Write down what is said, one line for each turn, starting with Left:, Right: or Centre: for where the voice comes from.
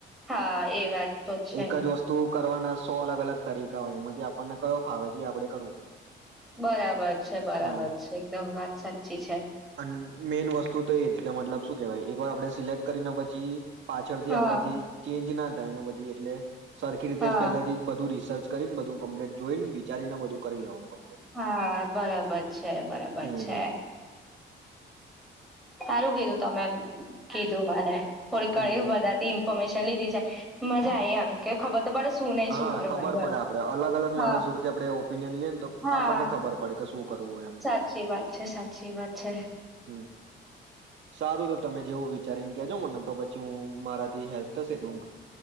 Centre: હા એ વાત તો છે.
Right: એક જ વસ્તુ કરવાના સો અલગ અલગ તરીકા હોય એમાં જે આપણને કયો ફાવે જે આપડે કરવું પડે.
Centre: બરાબર છે બરાબર
Right: હ
Centre: છે એકદમ વાત સાચી છે.
Right: અન મેઈન વસ્તુ તો એ જ કે મતલબ શું કેહેવાય એ આપડે સિલેક્ટ કરીને પછી પાછળથી
Centre: હા
Right: આપડાથી ચેન્જ ના ગાય ન બઘી એટલે સરખી રીતે
Centre: હા
Right: જ પેલેથી જ બધું રી સર્ચ કરી ન બધું કમ્પ્લીટ જોઈ ન વિચારીને બધું કરી લેવાનું કમ
Centre: હા, બરાબર છે. બરાબર
Right: હમ
Centre: છે. સારું કીધું તમે, કીધું મને. થોડી ઘણી
Right: હમ
Centre: બધા તી ઈન ફર્મેશન લીધી છે. મજા આઈ આમ કે ખબર તો પળે શું નય,
Right: હા
Centre: શું કરવાનું
Right: ખબર પડે
Centre: એમ.
Right: આપડે અલગ અલગ
Centre: હા,
Right: માણસ જોડથી આપડે ઓપિનિયન લઈએ ને તો
Centre: હા
Right: આપણને ખબર પડે કે શું કરવું એમ
Centre: સાચી વાત છે. સાચી વાત છે.
Right: હમ સારું તો તમે જેવું વિચારી ન કેજો મને. તો પછી હું મારા થી હેલ્પ થશે એટલ હૂં